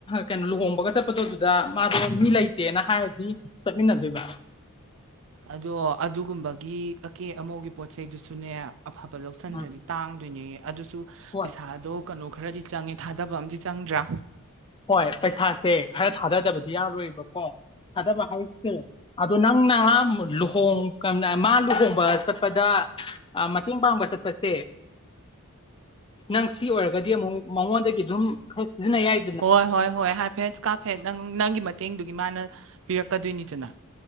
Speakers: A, on the left (about 25°); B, on the right (about 65°).
A: ꯀꯩꯅꯣ ꯂꯨꯍꯣꯡꯕꯒ ꯆꯠꯄꯗꯣ ꯑꯗꯨꯗ ꯃꯥꯗꯣ ꯃꯤ ꯂꯩꯇꯦꯅ ꯍꯥꯏꯔꯗꯤ ꯆꯠꯃꯤꯟꯅꯗꯣꯏꯕ
B: ꯑꯗꯣ ꯑꯗꯨꯒꯨꯝꯕꯒꯤ ꯑꯀꯦ ꯑꯃꯧꯒꯤ ꯄꯣꯠꯆꯩꯗꯨꯁꯨꯅꯦ ꯑꯐꯕ ꯂꯧꯁꯟꯗ꯭ꯔꯗꯤ
A: ꯑ
B: ꯇꯥꯡꯗꯣꯏꯅꯦ ꯑꯗꯨꯁꯨ
A: ꯍꯣꯏ
B: ꯄꯩꯁꯥꯗꯣ ꯀꯩꯅꯣ ꯈꯔꯗꯤ ꯆꯪꯉꯦ ꯊꯥꯗꯕ ꯑꯝꯗꯤ ꯆꯪꯗ꯭ꯔꯥ꯫
A: ꯍꯣꯏ ꯄꯩꯁꯥꯁꯦ ꯈꯔ ꯊꯥꯗꯗꯕꯗꯤ ꯌꯥꯔꯣꯏꯕꯀꯣ ꯊꯥꯗꯕ ꯍꯥꯏꯁꯦ ꯑꯗꯣ ꯅꯪꯅ ꯂꯨꯍꯣꯡ ꯀ-ꯅ-ꯃꯥ ꯂꯨꯍꯣꯡꯕ ꯆꯠꯄꯗ ꯑ ꯃꯇꯦꯡ ꯄꯥꯡꯕ ꯆꯠꯄꯁꯦ ꯅꯪ ꯁꯤ ꯑꯣꯏꯔꯒꯗꯤ ꯑꯃꯨꯛ ꯃꯉꯣꯟꯗꯒꯤ ꯑꯗꯨꯝ ꯈꯔ ꯁꯤꯖꯤꯟꯅ ꯌꯥꯏ
B: ꯍꯣꯏ ꯍꯣꯏ ꯍꯣꯏ ꯍꯥꯏꯐꯦꯠ ꯀꯥꯐꯦꯠ ꯅꯪ ꯅꯪꯒꯤ ꯃꯇꯦꯡꯗꯨꯒꯤ ꯃꯥꯅ ꯄꯤꯔꯛꯀꯗꯣꯏꯅꯤꯗꯅ꯫